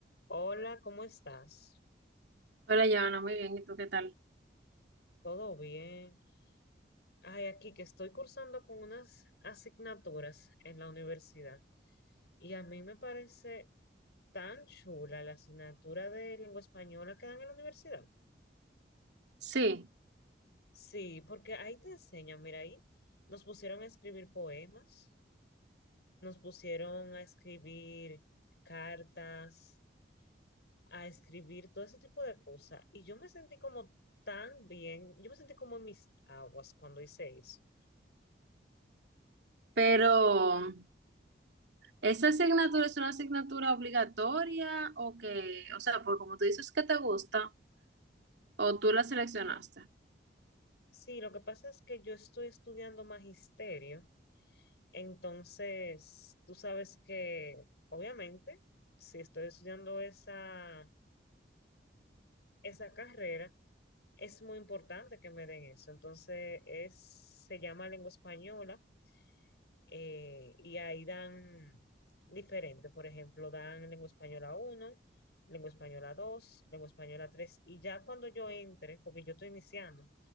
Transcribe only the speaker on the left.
Hola, ¿cómo estás?
¿Todo bien? Ay, aquí que estoy cursando con unas asignaturas en la universidad y a mí me parece tan chula la asignatura de lengua española que dan en la universidad.
Sí, porque ahí te enseñan, mira, ahí nos pusieron a escribir poemas, nos pusieron a escribir cartas, a escribir todo ese tipo de cosas y yo me sentí como tan bien, yo me sentí como en mis aguas cuando hice eso.
Sí, lo que pasa es que yo estoy estudiando magisterio, entonces tú sabes que obviamente si estoy estudiando esa, esa carrera, es muy importante que me den eso. Entonces es, se llama lengua española eh, y ahí dan diferente, por ejemplo, dan lengua española uno, lengua española 2, lengua española 3 y ya cuando yo entre, porque yo estoy iniciando,